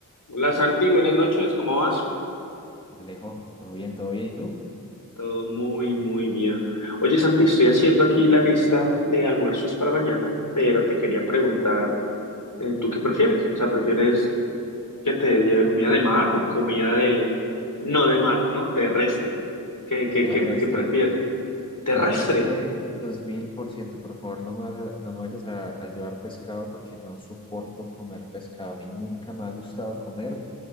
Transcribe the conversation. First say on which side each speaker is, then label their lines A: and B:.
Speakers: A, on the left; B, on the left.
A: Hola Santi, buenas noches, ¿cómo vas?
B: Alejo, todo bien, todo bien. ¿Y tú?
A: Todo muy, muy bien. Oye Santi, estoy haciendo aquí la lista de almuerzos para mañana, pero te quería preguntar, eh, ¿tú qué prefieres? O sea, ¿prefieres que te lleve comida de mar o comida de... no de mar, ¿no? Terrestre. ¿Qué, qué,
B: Terrestre.
A: qué, qué prefieres? ¿Terrestre?
B: Terrestre 2000%. Por ciento. Por favor, no me, vas a- no me vayas a, a llevar pescado porque no soporto comer pescado. A mí nunca me ha gustado comer